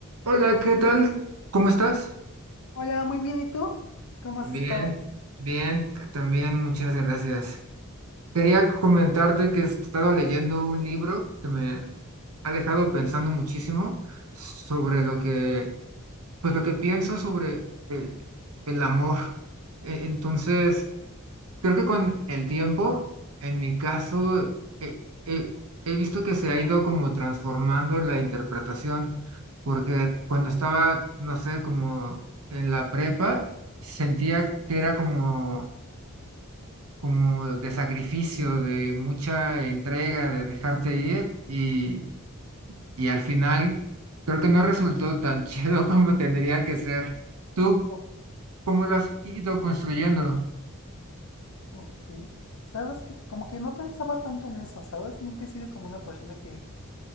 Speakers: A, on the right; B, on the left.
A: Hola, ¿qué tal? ¿Cómo estás?
B: Hola, muy bien, ¿y tú? ¿Cómo
A: Bien,
B: has estado?
A: bien, también muchas gracias. Quería comentarte que he estado leyendo un libro que me ha dejado pensando muchísimo sobre lo que, pues lo que pienso sobre el, el amor. E- Entonces, Creo que con el tiempo, en mi caso, he, he- he visto que se ha ido como transformando la interpretación, porque cuando estaba, no sé, como en la prepa, sentía que era como, como de sacrificio, de mucha entrega, de dejarte ir, y, y al final creo que no resultó tan <laughs> chido como tendría que ser. ¿Tú
B: O-
A: cómo lo has ido construyendo?
B: ok, sabes que como que no pensaba tanto en eso, ¿sabes? Nunca he sido como una persona que,